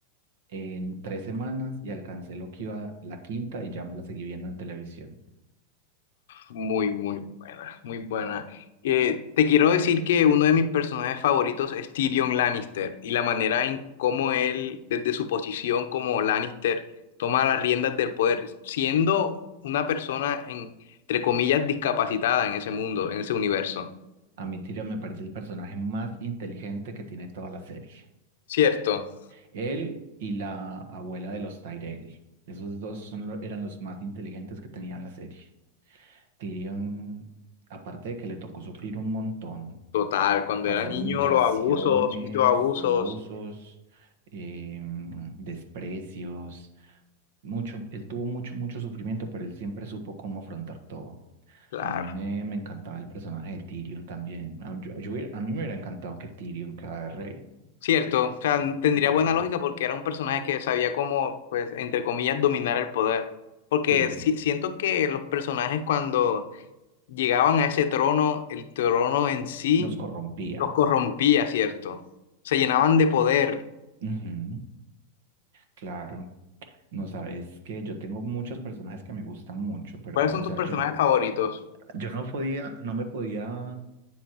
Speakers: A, on the right; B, on the left.
A: en tres semanas y alcancé lo que iba la quinta y ya me la seguí viendo en televisión.
B: Muy, muy buena, muy buena. Eh, te quiero decir que uno de mis personajes favoritos es Tyrion Lannister y la manera en cómo él, desde su posición como Lannister, toma las riendas del poder, siendo una persona, en- entre comillas, discapacitada en ese mundo, en ese universo.
A: A mi Tyrion me parece el personaje más inteligente que tiene toda la serie.
B: ¿Cierto?
A: Él y la abuela de los Tyrell. Esos dos son lo- eran los más inteligentes que tenían la serie. Tyrion, aparte de que le tocó sufrir un montón,
B: Total, cuando
A: eh, pasar
B: era niño,
A: humillaciones,
B: los abusos, muchos abusos,
A: abusos, em, desprecios, mucho, él tuvo mucho, mucho sufrimiento, pero él siempre supo cómo afrontar todo.
B: claro.
A: A mí me, me encantaba el personaje de Tyrion también. A, yo- yo hubiera- a mí me hubiera encantado que Tyrion, cada rey,
B: Cierto, o sea, tendría
A: eh,
B: buena lógica porque era un personaje que sabía cómo, pues, entre comillas, dominar el poder. Porque
A: sí,
B: si- siento que los personajes cuando llegaban a ese trono, el trono en sí
A: los corrompía.
B: los corrompía, ¿cierto? Se llenaban de poder.
A: Ujú, claro. No sabes que yo tengo muchos personajes que me gustan mucho, pero,
B: ¿Cuáles son
A: o sea,
B: tus personajes
A: yo,
B: favoritos?
A: yo no podía, no me podía